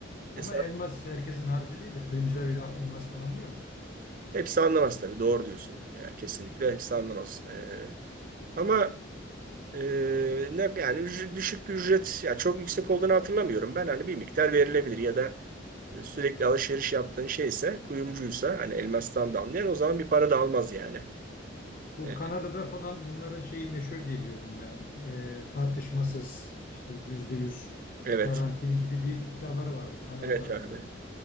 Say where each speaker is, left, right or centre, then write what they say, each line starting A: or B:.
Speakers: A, on the left; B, on the right.
A: Ama
B: E,
A: elmas herkesin harcı değildir. Kuyumcular öyle elmastan anlıyor mu?
B: hepsi anlamaz tabii doğru diyorsun. Yani kesinlikle hepsi anlamaz. E, ama Ee, ne yani ücret- düşük bir ücret ya çok yüksek olduğunu hatırlamıyorum. Ben hani bir miktar verilebilir ya da e, sürekli alışveriş yaptığın şeyse kuyumcuysa hani elmastan da anlayan o zaman bir para da almaz yani.
A: Bu
B: E,
A: Kanada'da falan bunların şeyi meşhur diye biliyordum ben. Ee, tartışmasız işte yüzde yüz
B: Evet.
A: garantili gibi bir iddiaları vardı Kanada
B: Evet
A: tarafında.
B: abi.